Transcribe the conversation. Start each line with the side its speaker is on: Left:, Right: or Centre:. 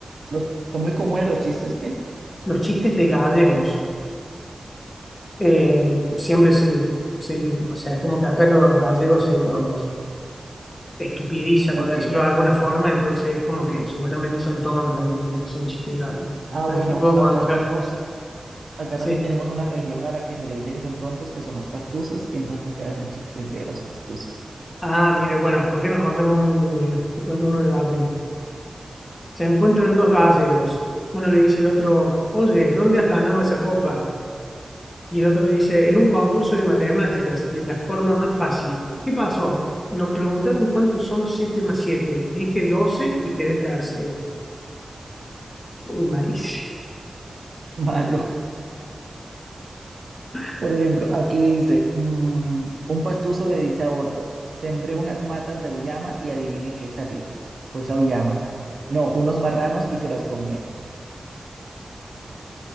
Right: Los, son muy comunes los chistes, ¿qué?
Left: Los chistes de gallegos. Eh, siempre sí, sí. O sea, es como que acá los gallegos se los estupidiza, por
Right: Ok.
Left: decirlo de alguna forma, entonces es como que supuestamente son tontos, entonces hacen chistes rápidos.
Right: Ah,
Left: Así
Right: bueno,
Left: te puedo
Right: acá
Left: contar.
Right: tenemos, acá
Left: Sí.
Right: también tenemos una región a la que se le dice que son tontos, que son los pastusos, entonces se hacen chistes de los pastusos.
Left: Ah, mire bueno, ¿por qué no contamos uno de uno? Mira, te cuento uno de gallego. Se encuentran dos gallegos. Uno le dice al otro, oye, ¿dónde has ganado esa copa? Y el otro le dice, en un concurso de matemáticas, de la forma más fácil. ¿Qué pasó? Nos preguntaron cuántos son 7 más siete Dije 12 y quedé tercero. Uy, malísimo.
Right: <laughs> Malo.
Left: <laughs>
Right: Por ejemplo, aquí dice, mm, un pastuso le dice a otro, sembré unas matas de auyama y adivine qué salió. Pues auyamas. No, unos marranos y se las comieron.